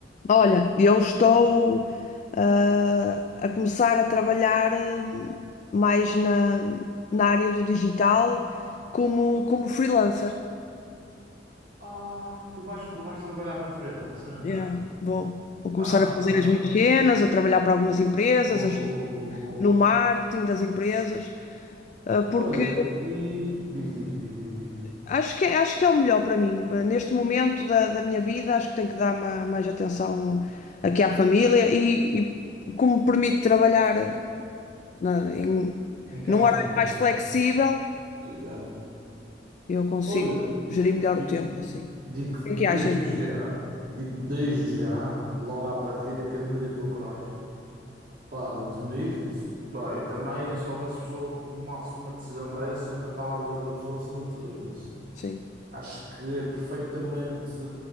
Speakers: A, on the left (about 45°); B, on the right (about 50°).
A: olha, eu estou ah, a começar a trabalhar hum, mais na, na área do digital como, como freelancer.
B: Ah, tu vais, vais trabalhar para freelancer então?
A: Yeah, vou, vou começar
B: Ah,
A: a fazer
B: ok.
A: as minhas cenas, a trabalhar para algumas empresas,
B: Boa,
A: a ajudar
B: boa, boa, boa.
A: no marketing das empresas, ah, porque
B: Olha, e diz, diz, diz, diz, diz.
A: acho que, é- acho que é o melhor para mim. Neste momento da, da minha vida, acho que tenho que dar ma- mais atenção aqui à família e e como permite trabalhar. na- em-
B: Em casa,
A: num horário
B: em casa.
A: mais flexível,
B: Exato.
A: eu consigo
B: Olha,
A: gerir melhor
B: fi-
A: o tempo, assim. O
B: digo-te
A: que é
B: desde
A: que achas disso?
B: já, digo-te desde já, logo à partida, que admiro a tua coragem. Pá, admiro-te. Pá, e também se houvesse pessoa que tomasse uma decisão dessas, não estava a ver outra pessoa senão tu nisso.
A: Sim.
B: Acho que é perfeitamente,